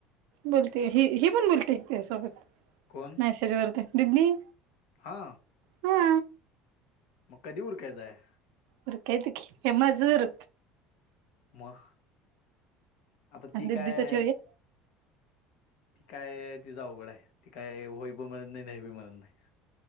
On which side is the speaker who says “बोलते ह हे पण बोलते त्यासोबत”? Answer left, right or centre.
Right